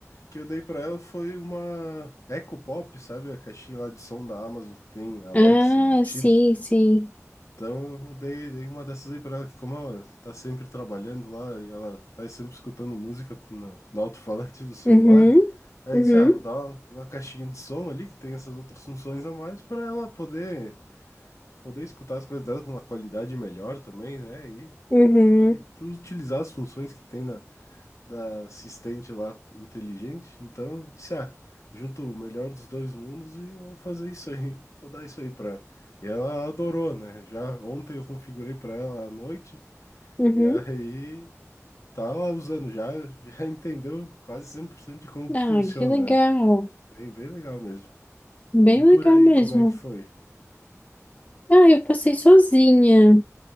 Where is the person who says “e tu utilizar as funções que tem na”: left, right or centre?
Left